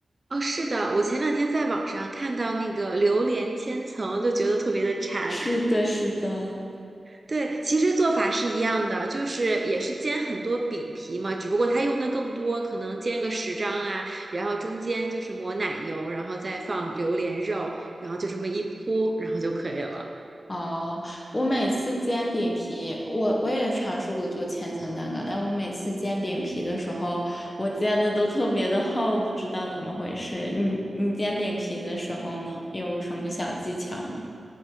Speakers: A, on the right; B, on the left.
A: 哦，是的，我前两天在网上看到那个榴莲千层，就觉得特别的馋，
B: <laughs> 是的，是的。
A: 对，其实做法是一样的，就是也是煎很多饼皮嘛，只不过它用的更多，可能煎个十张啊，然后中间就是抹奶油，然后再放榴莲肉，然后就这么一铺，然后就可以了。
B: 哦，我每次煎饼皮，我我也尝试过做千层蛋糕，但我每次煎饼皮的时候，我煎的都特别的厚，不知道怎么回事。你你煎饼皮的时候呢，有什么小技巧吗？